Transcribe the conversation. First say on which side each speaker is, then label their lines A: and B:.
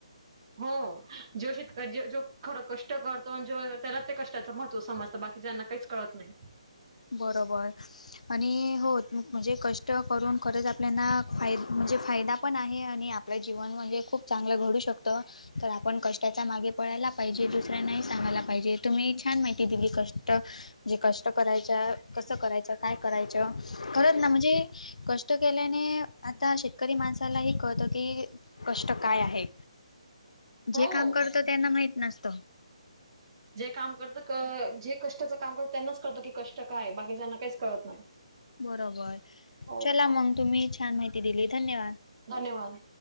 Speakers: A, on the right (about 45°); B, on the left (about 85°).
A: हो, जो शेतकरी जो खर कष्ट करतो आणि जो त्याला त्या कष्टांच महत्त्व समजतं बाकी ज्यांना काहीच कळत नाही.
B: बरोबर. आणि हो म्हणजे कष्ट करून खरंच आपल्यांना फाय म्हणजे फायदा पण आहे आणि आप आपलं जीवन म्हणजे खूप चांगलं घडू शकतं. तर आपण कष्टाच्या मागे पळायला पाहिजे, दुसऱ्यांना ही सांगायला पाहिजे, तुम्ही छान माहिती दिली कष्ट जे कष्ट करायच्या, कसं करायचं? काय करायचं? खरंच ना म्हणजे कष्ट केल्याने आता शेतकरी माणसालाही कळत की कष्ट काय आहे?
A: हो
B: जे काम करत त्यांना माहित नसतं.
A: जे काम करत जे कष्टाचं काम करत त्यांनाच कळतं की कष्ट काय? बाकीच्यांना काहीच कळत नाही.
B: बरोबर
A: हो
B: चला मग, तुम्ही ही छान माहिती दिली. धन्यवाद!
A: धन्यवाद.